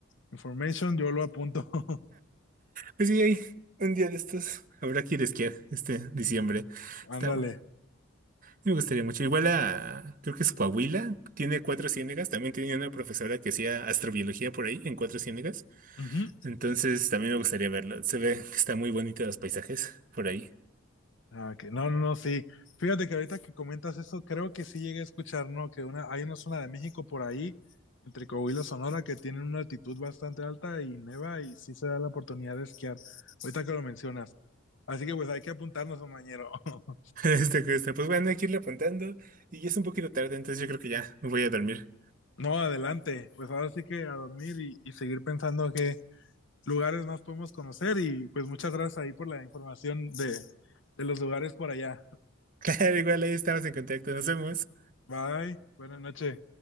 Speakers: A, on the left (about 65°); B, on the right (about 40°).
A: information, yo lo apunto. <laughs>
B: Pues sí, hay un día de estos. Habrá que ir a esquiar este diciembre. Está,
A: Ándale.
B: me gustaría mucho. Igual a, creo que es Coahuila, tiene cuatro ciénegas. También tenía una profesora que hacía astrobiología por ahí, en cuatro ciénegas.
A: Ujú.
B: Entonces también me gustaría verlo. Se ve que está muy bonito los paisajes por ahí. <laughs>
A: Ah, que No, no, no, sí. Fíjate que ahorita que comentas eso, creo que sí llegué a escuchar, ¿no? Que una, hay una zona de México por ahí, entre Coahuila y Sonora, que tienen una altitud bastante alta y neva y sí se da la oportunidad de esquiar. Ahorita que lo mencionas. Así que pues hay que apuntarnos, compañero. <laughs>
B: Este, este, pues bueno, hay que irle apuntando. Y ya es un poquito tarde, entonces yo creo que ya me voy a dormir.
A: No, adelante. Pues ahora sí que a dormir y, y seguir pensando que lugares más podemos conocer y pues muchas gracias ahí por la información de, de los lugares por allá.
B: <laughs> Claro, igual ahí estamos en contacto, nos vemos.
A: Bye, buenas noches.